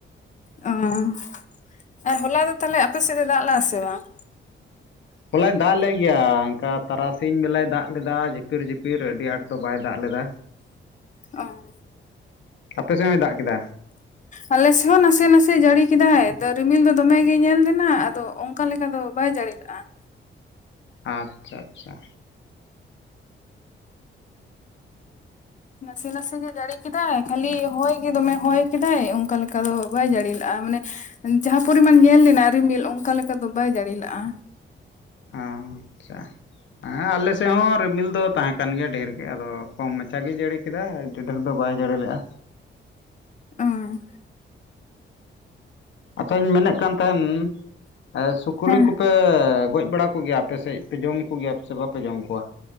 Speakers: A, on the left; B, on the left.
A: ᱚᱸ! ᱟ ᱦᱚᱞᱟ ᱫᱚ ᱛᱷᱟᱞᱮ, ᱟᱯᱮ ᱥᱮᱜ ᱫᱚ ᱫᱟᱜ ᱞᱟ ᱟ ᱥᱮ ᱵᱟᱝ?
B: ᱦᱚᱞᱟᱭ ᱫᱟᱜ ᱞᱮ ᱜᱮᱭᱟ, ᱟᱝᱠᱟ ᱛᱟᱨᱟᱥᱤᱧ ᱵᱮᱞᱟᱭ ᱫᱟᱜ ᱞᱮᱫᱟᱭ ᱡᱷᱤᱯ- -ᱯᱤᱨ-ᱡᱷᱤᱯᱤᱨ ᱟᱹᱰᱤ ᱟᱴ ᱫᱚ ᱵᱟᱭ ᱫᱟᱜ ᱞᱮᱫᱟ᱾
A: ᱚᱸ!
B: ᱟᱯᱮ ᱥᱮᱦ ᱦᱚᱸ ᱫᱟᱜ ᱠᱮᱫᱟ?
A: ᱟᱞᱮ ᱥᱮᱱᱴᱝ ᱦᱚᱸ ᱱᱟᱥᱮ ᱱᱟᱥᱮ ᱡᱟᱹᱲᱤ ᱠᱮᱫᱟᱸᱭ᱾ ᱫᱚ, ᱨᱤᱢᱤᱞ ᱫᱚ ᱫᱚᱢᱮ ᱜᱮ ᱧᱮᱞ ᱞᱮᱱᱟ, ᱟᱫᱚ ᱚᱝᱠᱟ ᱞᱮᱠᱟ ᱫᱚ ᱵᱟᱭ ᱡᱟᱹᱲᱤ ᱞᱮᱜᱼᱟᱸ!
B: ᱟᱪᱪᱷᱟ-ᱪᱷᱟ!
A: ᱱᱟᱥ- -ᱥᱮ ᱱᱟᱥᱮ ᱜᱮ ᱡᱟᱹᱲᱤ ᱠᱮᱫᱟᱭ᱾ ᱠᱷᱟᱹᱞᱤ ᱦᱚᱭ ᱜᱮ ᱫᱚᱢᱮ ᱦᱚᱭ ᱠᱮᱫᱟᱭ, ᱚᱝᱠᱟ ᱞᱮᱠᱟ ᱫᱚ ᱵᱟᱭ ᱡᱟᱹᱲᱤ ᱞᱟᱜᱼᱟ, ᱢᱟᱱᱮ ᱡᱟᱦᱟᱸ ᱯᱚᱨᱤᱢᱟᱱ ᱧᱮᱞ ᱞᱮᱱᱟ ᱨᱤᱢᱤᱞ, ᱚᱝᱠᱟ ᱞᱮᱠᱟ ᱫᱚ ᱵᱟᱭ ᱡᱟᱹᱲᱤ ᱞᱟᱜᱼᱟ!
B: ᱟᱶᱪᱟ ᱮᱸ ᱟᱞᱮ ᱥᱮᱜ ᱦᱚᱸ ᱨᱤᱢᱤᱞ ᱫᱚ ᱛᱟᱦᱮᱸ ᱠᱟᱱ ᱜᱮᱭᱟ ᱰᱷᱮᱨ- -ᱜᱮ, ᱟᱫᱚ ᱠᱚᱢ ᱢᱟᱪᱷᱟ ᱜᱮ ᱡᱟᱹᱲᱤ ᱠᱮᱫᱟ, ᱰᱮ ᱰᱷᱮᱨ ᱫᱚ ᱵᱟᱭ ᱡᱟᱹᱲᱤ ᱞᱮᱜᱼᱟ!
A: ᱚᱸ!
B: ᱟᱪᱷᱟᱹᱧ ᱢᱮᱱᱮᱜ ᱠᱟᱱ ᱛᱟᱦᱮᱱ, ᱮ ᱥᱩᱠᱨᱤ
A: ᱦᱮᱸ
B: ᱠᱚᱯᱮ ᱜᱚᱡ ᱵᱟᱲᱟ ᱠᱚᱜᱮᱭᱟᱯ ᱯᱮᱥᱮᱜ ᱯᱮ ᱡᱚᱢ ᱠᱳᱜᱮᱭᱟ, ᱯᱮᱥᱮ ᱵᱟᱯᱮ ᱡᱚᱢ ᱠᱚᱣᱟ?